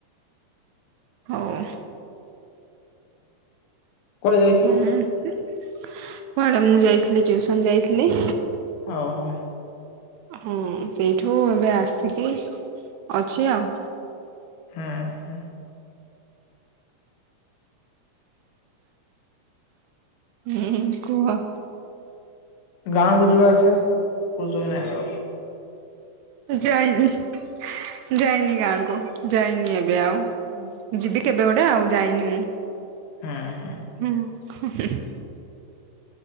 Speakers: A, on the right; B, on the left.
A: ହଉ।
B: କୁଆଡେ ଯାଇଥିଲ
A: ହୁଁ ପରେ ମୁଁ ଯାଇଥିଲି ଟ୍ୟୁସନ ଯାଇଥିଲି।
B: ଅହୋ।
A: ହଁ ସେଇଠୁ ଏବେ ଆସିକି ଅଛି ଆଉ।
B: ହୁଁ ହୁଁ।
A: ଉଁ ହୁଁ ହୁଁ କୁହ।
B: ଗାଁକୁୁ ଯିବା ଆସିବା କୋହୁଛକି ନାଇଁ ବା
A: ଯାଏଲିନି ଯାଇନି ଗାଁକୁ ଯାଇନି ଏବେ ଆଉ।
B: ପ
A: ଯିବି କେବେ ଗୋଟେ ଆଉ ଯାଇନି ମୁଁ।
B: ଆଁ!
A: ହୁଁ ହୁଁ ହି ହି!